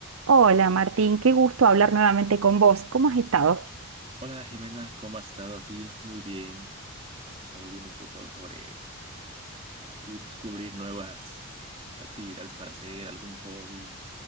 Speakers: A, on the right; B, on the right.
A: Hola Martín, qué gusto hablar nuevamente con vos. ¿Cómo has estado?
B: Hola Jimena, ¿cómo has estado aquí? Muy bien. He estado viendo un poco sobre así descubrir nuevas actividades para hacer, algún hobby.